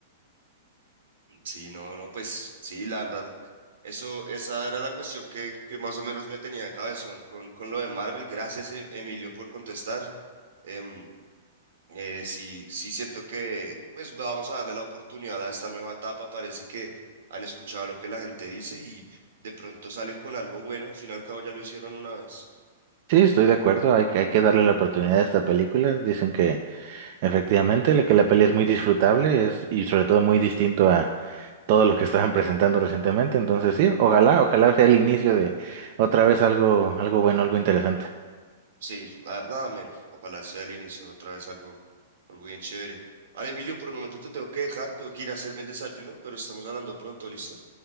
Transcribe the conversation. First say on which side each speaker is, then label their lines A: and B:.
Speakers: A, on the right (about 80°); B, on the right (about 45°).
A: Sí, no, no, pues sí, la verdad, eso, esa era la cuestión que, que más o menos me tenía de cabezón con, con lo de Marvel. Gracias, E- Emilio, por contestar. Em, eh, sí, sí siento que, pues vamos a darle la oportunidad a esta nueva etapa. Parece que han escuchado lo que la gente dice y de pronto salen con algo bueno. Al fin y al cabo ya lo hicieron una vez.
B: Sí, estoy de acuerdo, hay que, hay que darle la oportunidad a esta película. Dicen que efectivamente la, que la peli es muy disfrutable es, y sobre todo muy distinto a todo lo que estaban <laughs> presentando recientemente. Entonces sí, ojalá, ojalá sea el inicio de otra vez algo, algo bueno, algo interesante.
A: Sí, la verdad, amén. Ojalá sea el inicio otra vez algo, algo bien chévere. Vale, Emilio, por el momento te tengo que dejar, tengo que ir a hacerme el desayuno, pero estamos hablando pronto, ¿listo?